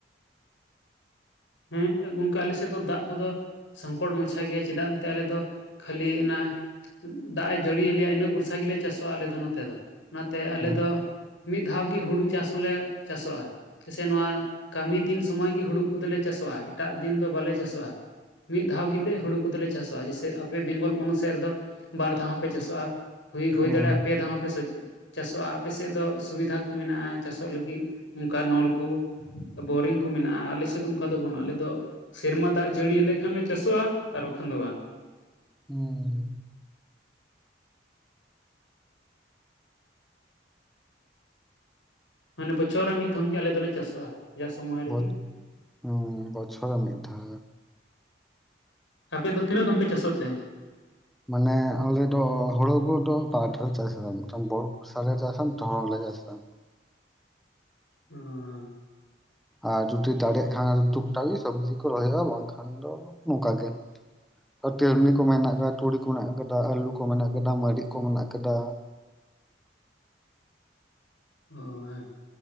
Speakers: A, on the left (about 85°); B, in the centre.
A: ᱦᱮᱸ ᱜᱚᱝᱠᱮ ᱟᱞᱮ ᱥᱮᱫ ᱫᱚ ᱫᱟᱜ ᱠᱚᱫᱚ ᱥᱚᱝᱠᱚᱴ ᱢᱟᱪᱷᱟ ᱜᱮᱭᱟ ᱪᱮᱫᱟᱜ ᱮᱱᱛᱮ ᱟᱞᱮ ᱫᱚ ᱠᱷᱟᱹᱞᱤ ᱚᱱᱟ ᱫᱟᱜ ᱮ ᱡᱟᱹᱲᱤᱭᱟᱞᱮᱭᱟ ᱤᱱᱟᱹ ᱵᱷᱚᱨᱥᱟ ᱜᱮᱞᱮ ᱪᱟᱥᱚᱜᱼᱟ ᱟᱞᱮ ᱫᱚ ᱱᱟᱛᱮ ᱫᱚ, ᱚᱱᱟᱛᱮ ᱟᱞᱮ
B: ᱦᱩᱸ
A: ᱫᱚ ᱢᱤᱫ ᱫᱷᱟᱣ ᱜᱤ ᱦᱩᱲᱩ ᱪᱟᱥ ᱦᱚᱸᱞᱮ ᱪᱟᱥᱚᱜᱼᱟ, ᱥᱮ ᱱᱚᱣᱟ ᱠᱟᱹᱢᱤ ᱫᱤᱱ ᱥᱚᱢᱚᱭ ᱜᱤ ᱦᱩᱲᱩ ᱠᱚᱫᱚᱞᱮ ᱪᱟᱥᱚᱜᱼᱟ, ᱮᱴᱟᱜ ᱫᱤᱱ ᱫᱚ ᱵᱟᱞᱮ ᱪᱟᱥᱚᱜᱼᱟ ᱢᱤᱫ ᱫᱷᱟᱣ ᱜᱤᱞᱮ ᱦᱩᱲᱩ ᱠᱚᱫᱚᱞᱮ ᱪᱟᱥᱚᱜᱼᱟ ᱡᱮᱥᱮ ᱟᱯᱮ ᱵᱮᱝᱜᱚᱞ ᱯᱚᱱᱚᱛ ᱥᱮᱫ ᱨᱮᱫᱚ? ᱵᱟᱨ ᱫᱷᱟᱣ ᱦᱚᱸ ᱯᱮ ᱪᱟᱥᱚᱜᱼᱟ ᱦᱩᱭ ᱦᱩᱭ
B: ᱦᱩᱸ
A: ᱫᱟᱲᱮᱜᱼᱟ ᱯᱮ ᱫᱷᱟᱣ ᱦᱚᱸ ᱯᱮ ᱪᱟᱥᱚᱜᱼᱟ, ᱟᱯᱮ ᱥᱮᱫ ᱫᱚ ᱥᱩᱵᱤᱫᱷᱟ ᱠᱚ ᱢᱮᱱᱟᱜᱼᱟ ᱪᱟᱥᱚᱜ ᱞᱟᱹᱜᱤᱫ᱾ ᱚᱱᱠᱟ ᱱᱚᱞᱠᱩ ᱵᱳᱨᱤᱝ ᱠᱚ ᱢᱮᱱᱟᱜᱼᱟ ᱟᱞᱮᱥᱮᱫ ᱫᱚ ᱠᱟ ᱫᱚ ᱵᱟᱹᱱᱩᱜᱼᱟ ᱟᱞᱮ ᱫᱚ ᱥᱮᱨᱢᱟ ᱫᱟᱜ ᱡᱟᱹᱲᱤᱭᱟᱞᱮ ᱠᱷᱟᱱ ᱞᱮ ᱪᱟᱥᱚᱜᱼᱟ ᱟᱨ ᱵᱟᱠᱷᱟᱱ ᱫᱚ ᱵᱟᱝ
B: ᱦᱩᱸ
A: ᱢᱟᱱᱮ ᱵᱚᱪᱷᱚᱨ ᱨᱮ ᱢᱤᱫ ᱫᱷᱚᱢ ᱜᱤ ᱟᱞᱮ ᱫᱚᱞᱮ ᱪᱟᱥᱚᱜᱼᱟ ᱡᱟ ᱥᱚᱢᱚᱭ
B: ᱵᱚᱡ
A: ᱨᱮᱜᱮ
B: ᱦᱩᱸ ᱵᱚᱪᱷᱚᱨᱮ ᱢᱤᱫ ᱫᱷᱟ
A: ᱟᱯᱮ ᱫᱚ ᱛᱤᱱᱟᱹᱜ ᱫᱚᱢ ᱯᱮ ᱪᱟᱥᱚ ᱛᱮ?
B: ᱢᱟᱱᱮ ᱟᱞᱮ ᱫᱚ ᱦᱩᱲᱩ ᱠᱚᱫᱚ ᱵᱟᱨ ᱫᱷᱟᱣ ᱪᱟᱥᱟᱢ ᱢᱤᱫᱟᱱ ᱵᱚᱨᱥᱟ ᱞᱮ ᱪᱟᱥᱟ <unintelligible>
A: ᱦᱩᱸ
B: ᱟᱨ ᱡᱩᱫᱤ ᱫᱟᱲᱮᱜ ᱠᱷᱟᱱ ᱴᱩᱠ-ᱴᱟᱜᱮ ᱥᱚᱵᱡᱤ ᱠᱚ ᱨᱚᱦᱚᱭᱼᱟ ᱵᱟᱝᱠᱷᱟᱱ ᱫᱚ ᱱᱚᱝᱠᱟᱜᱮ ᱴᱮᱨᱢᱤ ᱠᱚ ᱢᱮᱱᱟᱜ ᱟᱠᱟᱫᱟ, ᱛᱩᱲᱤ ᱠᱚ ᱢᱮᱱᱟᱜ ᱟᱠᱟᱫᱟ, ᱟᱹᱞᱩ ᱠᱚ ᱢᱮᱱᱟᱜ ᱟᱠᱟᱫᱟ, ᱢᱟᱹᱨᱤᱡ ᱠᱚ ᱢᱮᱱᱟᱜ ᱟᱠᱟᱫᱟ᱾
A: <unintelligible>